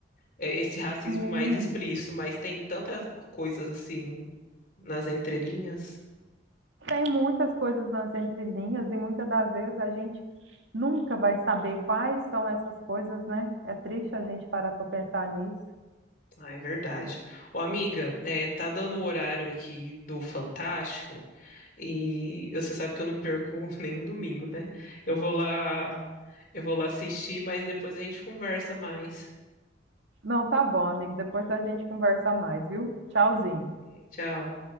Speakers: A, on the left; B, on the right.
A: É esse racismo
B: Sim,
A: mais explícito, mas tem tantas coisas assim nas entrelinhas.
B: Tem muitas coisas nas entrelinhas, e muitas das vezes a gente nunca vai saber quais são essas coisas, né? É triste a gente parar para pensar nisso.
A: Ah, é verdade. Ô, amiga, é, tá dando o horário aqui do Fantástico e você sabe que eu não perco <laughs> nenhum domingo, né? Eu vou lá, eu vou lá assistir, mas depois a gente conversa mais.
B: Não, tá bom, amigo. Depois a gente conversa mais, viu? Tchauzinho.
A: É, Tchau.